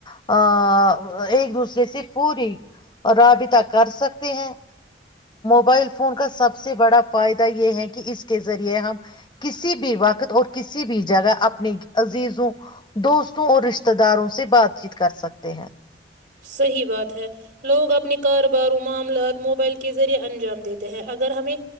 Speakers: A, on the left; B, on the right.
A: آ <inaudible> ایک دوسرے سے پوری رابطہ کر سکتے ہیں موبائل فون کا سب سے بڑا فائدہ یہ ہے کہ اس کے ذریعے ہم کسی بھی وقت اور کسی بھی جگہ اپنی عزیزوں دوستوں اور رشتتے داروں سے بات چیت کر سکتے ہیں
B: صحی بات ہے لگ اپنے گھر بارو معاملات موبائل کے ذریعے انجام دیتے ہیں اگر ہمیں